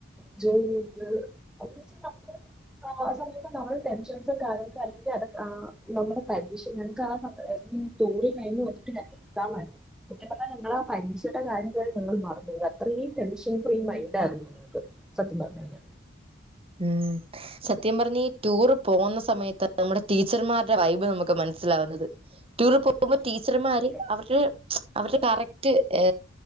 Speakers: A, in the centre; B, on the right.
A: എൻജോയ് ചെയ്ത് <unintelligible> സമയത്ത് നമ്മൾ ടെൻഷൻസും <unintelligible> അ നമ്മുടെ പരീക്ഷ ഞങ്ങക്ക് ആ തോറി കഴിഞ്ഞ് വന്നിട്ട് എക്സാം ആയിരുന്നു മറ്റ പറഞ്ഞാൽ ഞങ്ങള ആ പരീക്ഷയുടെ കാര്യങ്ങള ഞങ്ങൾ മാറ അത്രയും ടെൻഷൻ ഫ്രീ മൈൻറ്റ് ആരുന്നു ഞങ്ങൾക്ക് സത്യം പറഞ്ഞ് കഴിഞ്ഞ
B: ഉം സത്യം പറഞ്ഞ ഈ ടൂർ പോകന്ന സമയത്ത് നമ്മുടെ ടീച്ചർരുടെ വൈബ് നമുക്ക് മ മനസിലാവുന്നത് ടൂറ് പോകുമ്പോ ടീച്ചർമാര്
A: സത്യം സത്യം
B: അവരുടെ അവരുടെ കറക്റ്റ് ഏ